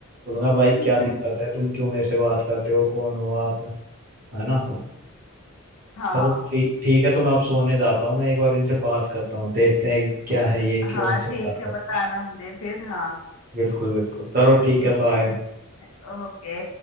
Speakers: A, on the right (about 40°); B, on the left (about 75°).
A: बोलूंगा
B: हम्म।
A: भाई क्या दिक्कत है तुम क्यों मेरे से बात करते हो कौन हो आप है ना
B: हाँ
A: चलो ठीक ठीक है तो मैं अब सोने जाता हूँ मैं एक बार इनसे बात करता हूँ देखते हैं क्या है ये क्यों
B: हाँ
A: हमसे
B: ठीक
A: बात
B: है
A: करते
B: बताना
A: हैं
B: मुझे फिर हाँ
A: बिल्कुल बिल्कुल चलो ठीक
B: ठीक
A: है बाय
B: है ओके